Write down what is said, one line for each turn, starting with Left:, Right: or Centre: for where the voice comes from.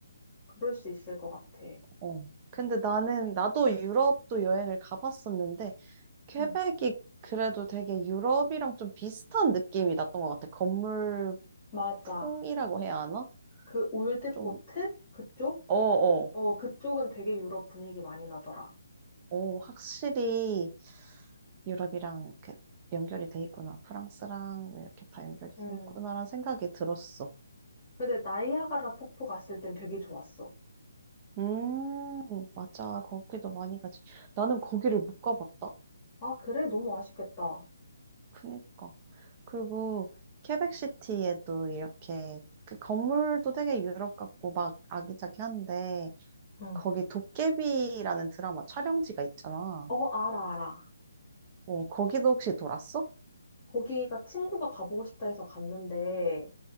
Left: 그럴 수 있을 것 같아.
Right: 어. 근데 나는 나도 유럽도 여행을 가봤었는데 퀘벡이
Left: 응,
Right: 그래도 되게 유럽이랑 좀 비슷한 느낌이 났던 것 같아. 건물
Left: 맞아.
Right: 풍이라고 해야 하나?
Left: 그 올드포트?
Right: 좀
Left: 그쪽?
Right: 어, 어,
Left: 어, 그쪽은 되게 유럽 분위기 많이 나더라.
Right: 오, 확실히 유럽이랑 이렇게 연결이 돼 있구나. 프랑스랑 뭐 이렇게 다 연결이
Left: 응.
Right: 돼 있구나라는 생각이 들었어.
Left: 근데 나이아가라 폭포 갔을 땐 되게 좋았어.
Right: 음, 맞아. 거기도 많이 가지. 나는 거기를 못 가봤다.
Left: 아, 그래? 너무 아쉽겠다.
Right: 그니까. 그리고 케벡시티에도 이렇게 그 건물도 되게 유럽 같고 막 아기자기한데
Left: 응.
Right: 거기 도깨비라는 드라마 촬영지가 있잖아.
Left: 어, 알아, 알아.
Right: 어, 거기도 혹시 돌았어?
Left: 거기가 친구가 가보고 싶다 해서 갔는데